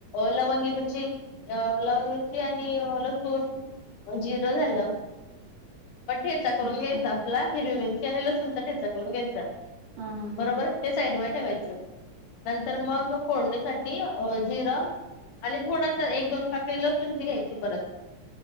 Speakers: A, on the left (about 80°); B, on the right (about 80°).
A: लवंगी मिरची लवंगी मिरची आणि लसूण जिरं झालं. पण ठेचा करून
B: अच्छा
A: घ्यायचा आपला हिरवी मिरची आणि लसूणचा ठेचा करून घ्यायचा,
B: हां हां
A: बरोबर
B: हां
A: त्या साईड वर ठेवायचं नंतर मग फोडणीसाठी अ, जिर आणि थोडसं एक दोन <unintelligible> तुची घ्यायची परत,